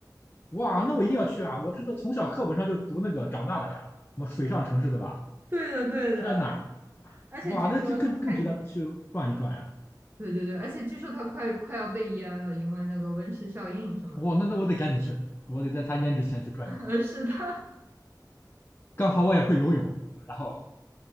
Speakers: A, on the left (about 30°); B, on the right (about 30°).
A: 哇，那我一定要去啊！我这个从小课本上就读那个长大的呀，什么水上城市，对吧？
B: 对的，对的。
A: 天哪，
B: 而且据说它快淹，
A: 哇，那就更更值得去转一转呀！
B: 对对对，而且据说它快快要被淹了，因为那个温室效应什么的。
A: 哇，那那我得赶紧去，我得在他淹之前去转一转。
B: <laughs> 是的 <laughs>
A: 刚好我也会游泳，然后